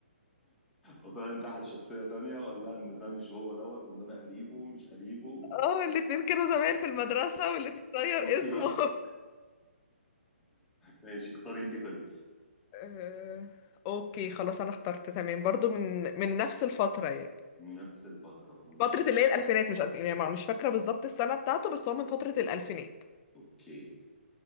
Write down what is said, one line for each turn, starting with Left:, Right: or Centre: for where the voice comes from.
Centre: وفعلا تحت شخصية تانية وقال لها إن ده مش هو دوت وإن أنا قريبه مش قريبه
Left: اه الاتنين كانوا زمايل في المدرسة والاتنين غير
Centre: شفتي
Left: اسمه
Centre: بقى؟ ماشي اختاري أنت فيلم
Left: آه، اوكي خلاص انا اخترت تمام برضو من من نفس الفترة يعني
Centre: نفس الفترة ماشي
Left: فترة اللي هي الألفينات مش قد- يعني مش فاكرة بالظبط السنة بتاعته بس هو من فترة الألفينات
Centre: أوكي